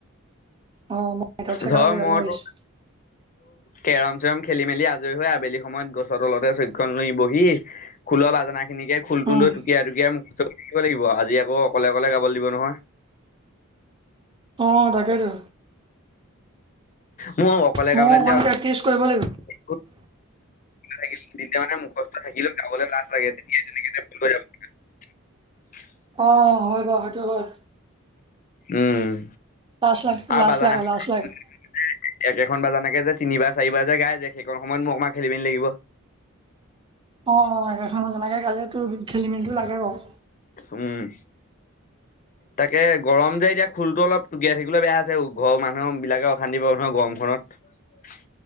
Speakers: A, on the right; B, on the left.
A: অ', নেটৱৰ্ক থকা
B: ধৰ
A: জেগালৈ
B: মইতো
A: আহিছো
B: কেৰম চেৰম খেলি মেলি আজৰি হৈ আবেলি সময়ত গছৰ তলতে চকীখন লৈ বহি, খোলৰ বাজনা খিনিকে খোলটো
A: উম
B: লৈ টুকিয়াই, টুকিয়াই মুখ শিকিব লাগিব, আজি আকৌ অকলে অকলে গাবলৈ দিব নহয়।
A: অ', তাকেই টো।
B: মোৰ অকলে
A: ময়ো
B: গাবলৈ
A: অকমান
B: দিলে,
A: প্ৰেক্টিচ কৰিব লাগিব
B: <unintelligible> থাকিলে যেতিয়া মানে মুখস্থ থাকিলে গাবলৈ লাজ লাগে, তেতিয়া তেনেকে <unintelligible> <unintelligible>
A: অ', হয় বাৰু সেইটো হয়।
B: উম,
A: লাজ লাগ
B: আৰু
A: লাজ
B: বাজানাখন
A: লাগে লাজ লাগে
B: <unintelligible> একেখন বাজানকে যে তিনিবাৰ চাৰিবাৰ যে গাই যে, সেইকন সময়ত মোৰ অকমান খেলি মেলি লাগিব।
A: অ', অ', একেখন বাজনাকে গালে, তোৰ খেলি মেলিটো লাগে বাৰু।
B: উম, তাকে গৰম যে এতিয়া খোলটো অলপ টোকিয়াই থাকিবলৈ বেয়া আছে, ঘৰৰ মানুহ বিলাকে অশান্তি পাব নহয় গৰম গৰম খনত।